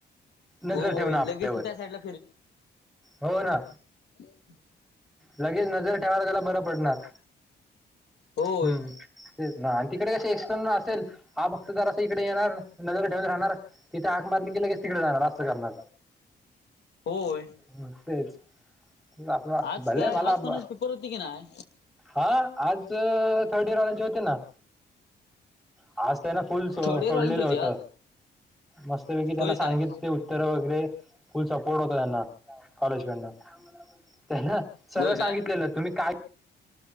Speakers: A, in the centre; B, on the left (about 70°).
A: नजर
B: हो
A: ठेवउन आपल्यावर
B: लगेच तू त्या साईडला
A: हो ना.
B: हॅलो.
A: लगेच नजर ठेवायला त्याला बरं पडणार
B: होय
A: हम्म. तेच ना आणि तिकडे कसे एक्स्टर्नल असेल हा फक्त जरासं इकडे येणार नजर ठेऊन राहणार. तिथ आक मारली लगेच तिकडे जाणार अस. असं करणार
B: होय
A: मग तेच आपलं.
B: आज
A: भले
B: काय
A: मला
B: आज कोणाची
A: ब.
B: पेपर होती की नाय
A: हा आज थटीन वाल्यांचे होते ना आज. त्यांना फुल सो
B: थर्ड इयर
A: सोडलेलं
B: वाल्यांची होती
A: होतं
B: आज
A: मस्त पैकी त्यांना
B: होय
A: सांगित
B: काय
A: ते उत्तर वगैरे. फुल सपोर्ट होत त्यांना कॉलेजड त्यां सरळ
B: होय
A: सांगितलेलं
B: काय
A: तुम्ही काय.